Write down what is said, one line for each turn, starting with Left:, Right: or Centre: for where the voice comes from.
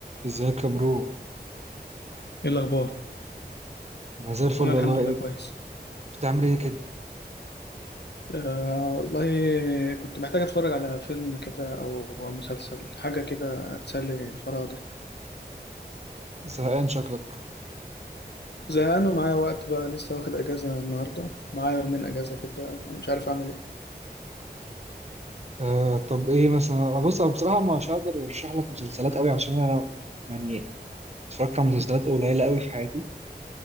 Right: ازيك يا برو
Left: ايه الاخبار
Right: انا زي الفل
Left: انا الحمد
Right: والله ايه
Left: لله كويس
Right: بتعمل ايه كده
Left: آه والله كنت محتاج اتفرج على فيلم كده او مسلسل حاجه كده تسلي الفراغ ده
Right: زهقان شكلك
Left: زهقان ومعايا وقت بقى لسه واخد اجازه النهارده معايا يومين اجازه كده مش عارف اعمل ايه
Right: آه طب ايه مثلا آه، بص انا بصراحه مش هقدر ارشح لك مسلسلات قوي عشان انا يعني اتفرجت على مسلسلات قليله قوي في حياتي